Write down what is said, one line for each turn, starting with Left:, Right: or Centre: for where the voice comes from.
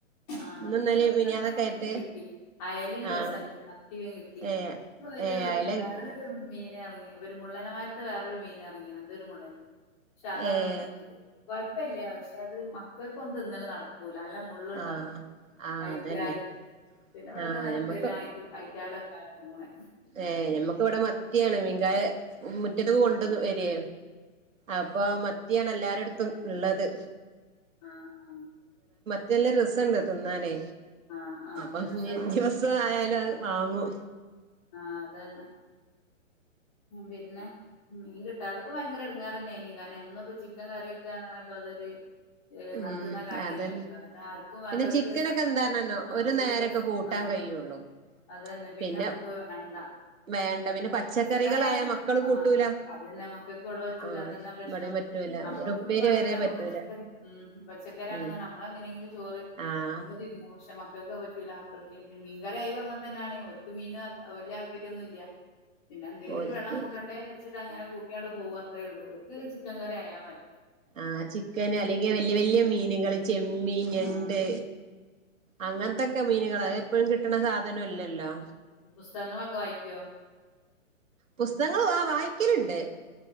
Left: ആഹ്
Right: ഇന്നും
Left: അത്
Right: ഇന്നലിം
Left: ഞങ്ങൾക്ക്
Right: മിനിയാന്നൊക്കെ
Left: രണ്ടു ദിവസം
Right: ആയിട്ട്
Left: മുന്നേ കിട്ടി അയലും രസണ്ട്
Right: ആണ്
Left: മത്തിയും കിട്ടി
Right: ഏഹ്
Left: പ്പം ഒരു
Right: ഏഹ് അയല
Left: വേറെരു
Right: കിട്ടില്ല
Left: മീന് എറങ്ങി ഒരു മുള്ളനെമാര്ത്തെ വേറൊരു മീനെറങ്ങിണ് എന്തോ ഒരു മുള്ളൻ ഷാദാപ്പന്ന്
Right: ഏഹ്
Left: കൊഴ പ്പില്ല്യ പക്ഷെ അത് മക്കക്കോന്നും തിന്നല് നടക്കൂ ഊലാ നല്ല മുള്ളുണ്ടാവും
Right: ആഹ് ആഹ്
Left: അയറ്റാല്
Right: അതന്നെ
Left: പിന്നെ ഇവിടെക്കെ
Right: ആഹ്
Left: നത്തല്
Right: ഞമ്മക്ക്
Left: അയിറ്റ് അയ്റ്റാലൊക്കെ എറങ്ങണേ
Right: ഏഹ് ഞമ്മക്കിവിടെ മത്തിയാണ് മീൻകാര മിറ്റത്തക്ക് കൊണ്ടന്ന് വരേ അപ്പൊ മത്തിയാണ് എല്ലാരടുത്തും ഇള്ളത്
Left: ആഹ് ആഹ്
Right: ത് നല്ല രസണ്ട് തിന്നാനേ
Left: ആഹ് ആഹ്
Right: അപ്പം
Left: രസണ്ട്
Right: ഞ്ഞ് ദിവസം ആയാലും ആ വാങ്ങും
Left: ആ അതന്നെ ഇം പിന്ന മീൻ കിട്ടാത്തപ്പ ഭയങ്കര എടുങ്ങാറ്ന്നെനി കാരണം എന്നും ഇപ്പം ചിക്കൻ കറിവെക്കാന്ന് അപ്പ അതൊരി ഏഹ്
Right: ഉം
Left: നടക്കുന്ന കാര്യല്ല
Right: അതന്നെ
Left: <unintelligible> അത് ആർക്കും വേണ്ട
Right: പിന്നെ
Left: ഒരു
Right: ചിക്കനൊക്കെ
Left: ദിവസം
Right: എന്താണന്നോ
Left: ആ ഒരു
Right: നേരൊക്കെ
Left: ദിവസ്
Right: കൂട്ടാൻ
Left: ആ
Right: കഴിയുള്ളൂ
Left: അത് തന്നെ പിന്നമ്മക്ക്
Right: പിന്നെ
Left: അത് വേണ്ട
Right: വേണ്ട പിന്നെ പച്ചക്കറികളായ
Left: പച്ചക്കറി ആയാലും
Right: മക്കള്
Left: ആ
Right: കൂട്ടൂല
Left: അതന്നെ മക്കക്ക് ഇവിടെ പറ്റൂല.
Right: ആഹ്
Left: അതന്നെ പ്രശ്നം.
Right: ഇവിടെയും പറ്റൂല
Left: നമ്മക്ക്
Right: ഒരു ഉപ്പേരി
Left: കൊയ്പ്പില്ല
Right: വരെ
Left: നമ്മള്
Right: പറ്റൂല
Left: പച്ചക്കറി ഉം ഉം പച്ചക്കറി ആണെന്നർന്ന
Right: ഉം
Left: നമ്മളെങ്ങനെങ്കിലും ചോറ്
Right: ആഹ്
Left: നമ്മള് തിന്നും. പക്ഷെ മക്കക്ക് അത് പറ്റൂല അപ്പൊഴക്കെയെങ്കിലും പിന്നെ മീൻകറിയായാലും അങ്ങനെ തന്നെയാണ് ഓർക്ക് മീനും എ വല്യ താല്പര്യോന്നും ഇല്ല. പിന്നെ എന്തേലും
Right: ഓൽക്ക്
Left: ഒരു വെള്ളം കൂട്ടേണ്ടേ വിജാരിച്ചിട്ട് അങ്ങനെ കൂട്ടിയാണ്ട് പോകും അത്രേയുള്ളൂ. ഓർക്ക് ചിക്കൻ കറി ആയാ മതി.
Right: ആ ചിക്കന് അല്ലെങ്കിൽ വല്യ വ ല്യ മീനുകള് ചെമ്മീൻ, ഞണ്ട്
Left: ആഹ്
Right: അങ്ങൻത്തൊക്കെ മീനുകള അത് എപ്പഴും കിട്ടണ സാധനോല്ലല്ലോ.
Left: പുസ്തകങ്ങളൊക്കെ വായിക്കുവോ?
Right: പുസ്തകങ്ങള് ആ വായിക്കലിണ്ട്